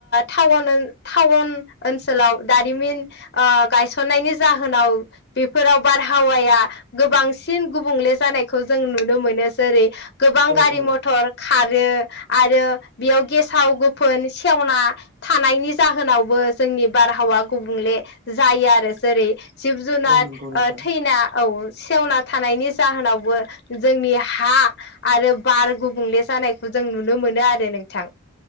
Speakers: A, on the left (about 50°); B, on the right (about 35°).
A: टाउन टाउन ओनसोलाव दारिमिन गायसननायनि जाहोनाव बेफोराव बारहावाया गोबांसिन गुबुंले जानायखौ जों नुनो मोनो
B: औ औ
A: खारो आरो बेयाव गेसाव गोफोन सेवना थानायनि जाहोनावबो जोंनि बारहावा गुबुंले जायो आरो जेरै जिब जुनार
B: औ नंगौ नोंथां
A: ओ थैयना औ सेवना थानायनि जाहोनावबो जोंनि हा आरो बार गुबुंले जानायखौ जों नुनो मोनो आरो नोंथां